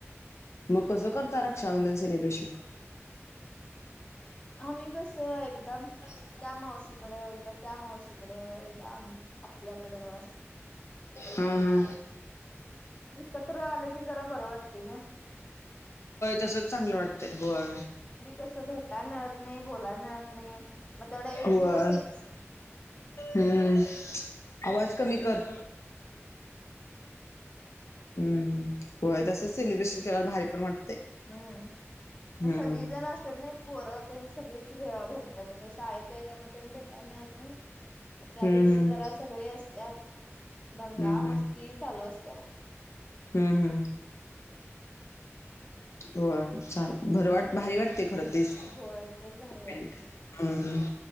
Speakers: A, on the left (about 70°); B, on the left (about 25°).
A: म कसं करता रक्षाबंधन सेलिब्रेशन?
B: आम्ही कसं एकदम
A: <unintelligible>
B: त्या मावशीकडे एकदा त्या मावशीकडे एकदा आमच्या आपल्याकडं असं.
A: हा हा.
B: एकत्र आले की जरा बरं वाटतंय गं.
A: तसंच चांगलं वाटतंय होय.
B: तसं भेटाय मिळत नाही बोलायला मिळत नाही. मग तेवढा एक
A: होय
B: दिवसच
A: हम्म आवाज कमी कर. हम्म होय तसंच सेलिब्रेशन केल्यावर भारी पण वाटतंय.
B: हम्म मग
A: हम्म
B: सगळी जण अस चत नाय पोरं तेन सगळीच भे भेटतात आत्ता शाळेच्या याने तेन भेटाय मिळत नाही. त्या
A: हम्म
B: दिवशी
A: हम्म
B: जरा सगळी असत्यात दंगा
A: हम्म हम्म
B: मस्ती चालू असत्या म.
A: हम्म हम्म. होय छान बरं वाट भारी वाटतंय खरं तर. तीस
B: होय तेच भारी वाटते
A: एंड हम्म.